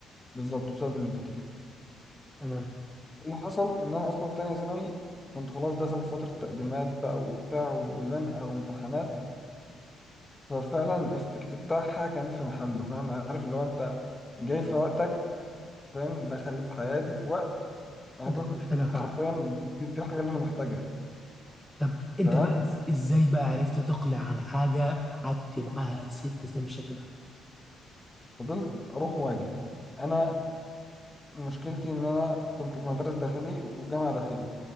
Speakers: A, on the left; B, in the centre.
A: بالظبط بسبب النيكوتين
B: تمام.
A: اللي حصل ان انا اصلا في تانية ثانوي كنت خلاص داخل في فترة تقديمات بقى وبتاع وزنقة وامتحانات ففعلا الافكت بتاعها كان في محله فاهم عارف اللي هو انت جاي في وقتك فاهم دخلت حياتي في وقت انا
B: انت
A: كنت
B: كنت محتاجها فعلا
A: حرفيا دي دي الحاجة اللي انا محتاجها
B: طب انت
A: تمام
B: بقى إز- ازاي بقى عرفت تقلع عن حاجه قعدت معاها ست سنين بالشكل ده
A: فضلت اروح واجي انا مشكلتي ان انا كنت في مدرسة داخلي وجامعة داخلي